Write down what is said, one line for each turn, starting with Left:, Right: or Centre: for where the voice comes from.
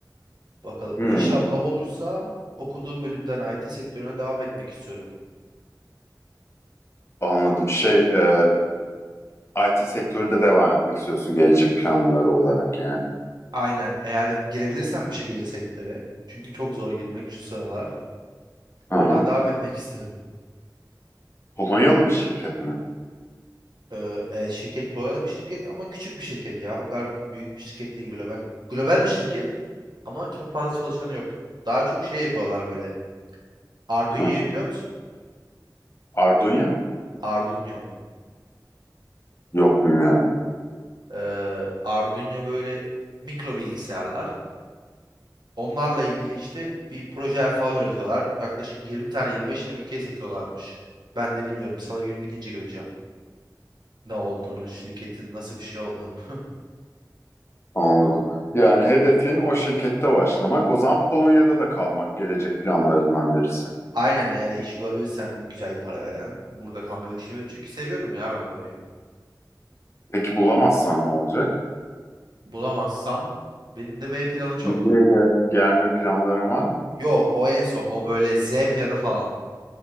Right: Bakalım
Left: Hmm,
Right: İnşallah olursa okuduğum bölümden IT sektörüne devam etmek istiyorum.
Left: anladım. Şey, e, IT sektöründe devam etmek istiyorsun gelecek planları olarak yani.
Right: Aynen eğer girebilirsem bir şekilde sektöre. Çünkü çok zor girmek şu sıralar. Oradan
Left: Aha.
Right: devam etmek istiyorum.
Left: Polonyalı bir şirket mi?
Right: Ee, e, şirket Polonya'da bir şirket ama küçük bir şirket ya. O kadar büyük bir şirket değil global. Global bir şirket ama çok fazla çalışanı yok. Daha çok şey yapıyorlar böyle. Arduino'yu
Left: Hı.
Right: biliyor musun?
Left: Arduino?
Right: Arduino.
Left: Yok bilmiyorum.
Right: Ee, Arduino böyle mikro bilgisayarlar. Onlarla ilgili işte bir proje falan üretiyorlar. Yaklaşık 20 tane 25 tane ülkeye satıyorlarmış. Ben de bilmiyorum. Salı günü gidince göreceğim. Ne olduğunu, şirketin nasıl bir şey olduğunu. <laughs>
Left: Anladım. Yani hedefin o şirkette başlamak, o zaman Polonya'da da kalmak gelecek planlarından birisi.
Right: Aynen eğer iş bulabilirsem güzel para veren burada kalmayı düşünüyorum. Çünkü seviyorum ya ben burayı.
Left: Peki bulamazsan ne olacak?
Right: Bulamazsam benim de B planı çok.
Left: Türkiye'ye gel- gelme planların var mı?
Right: Yok o en son o böyle Z planı falan.